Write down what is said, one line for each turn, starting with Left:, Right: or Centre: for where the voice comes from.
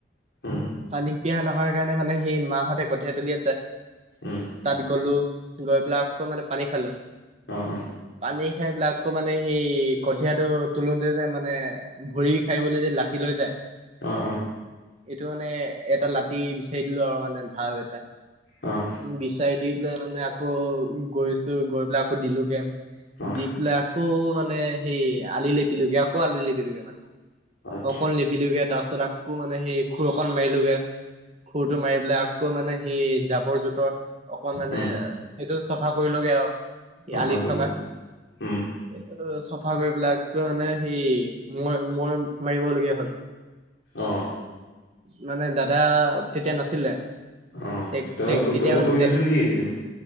Left: উম
Right: পানী পিয়াহ লগাৰ কাৰণে মানে সেই মাহঁতে কঠিয়াই তুলি আছে।
Left: উম।
Right: তাত গ'লো, গৈ পেলাই আকৌ মানে পানী খালোঁ।
Left: অ', অ'।
Right: পানী খাই পেলাই আকৌ মানে সেই কঠিয়াটো তুলো মানে ভৰি খাই বুলি যে লাঠি লৈ যায়।
Left: অ', অ'।
Right: এইটো মানে এটা লাঠি বিচাৰি দিলোঁ আৰু মানে ভাল এটা।
Left: অ'।
Right: বিচাৰি দি পেলাই মানে আকৌ গৈছোঁ, গৈ পেলাই আকৌ দিলোঁগে
Left: অ'
Right: দি পেলাই আকৌ, মানে সেই আলি লেপিলোগে, আকৌ আলি লেপিলগে মানে।
Left: আচ্ছা
Right: অকণ লেপি পিলোগে তাৰপিছত আকৌ মানে সেই খুৰ অকন মাৰিলোগে খুৰটো মাৰি পেলাই আকৌ মানে সেই জাৱৰ জোথৰ অকনমানে
Left: উম
Right: সেইটো চাফা কৰিলোগে আৰু।
Left: চাফা
Right: আলিত
Left: কৰি
Right: থকা,
Left: লোৱা উম
Right: সেইটো চফা কৰি পেলাই মানে হেৰি মই -মই মাৰিবলগীয়া হ'ল।
Left: অ'।
Right: মানে দাদা তেতিয়া নাছিলে।
Left: অ'
Right: টেক-টেক
Left: তই
Right: তেতিয়া
Left: তই
Right: মানে
Left: কৰি
Right: টেক
Left: আছ নেকি এইকেইদিন?